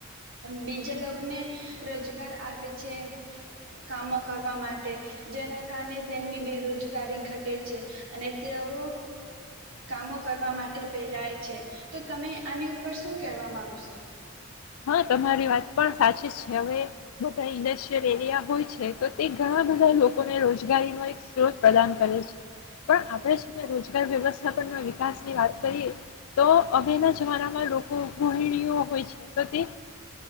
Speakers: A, on the right; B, on the left.
A: બીજા લોકને રોજગાર આવે છે. કામો કરવા માટે જેના કારણે તેમની બેરોજગારી ઘટે છે અને તેઓ કામો કરવા માટે પહેરાય છે. તો તમે આની ઉપર શું કહેવા માંગશો?
B: હા તમારી વાત પણ સાચી જ છે, હવે બધા ઇન્ડસ્ટ્રીયલ એરિયા હોય છે તો તે ઘણા બધા લોકોને રોજગારીનો એક સ્ત્રોત પ્રદાન કરે છે. પણ આપણે શું કરવું છે રોજગાર વ્યવસ્થાપન વિકાસની વાત કરીએ તો અવેના જમાનામાં લોકો ગૃહિણીઓ હોય છે તો તે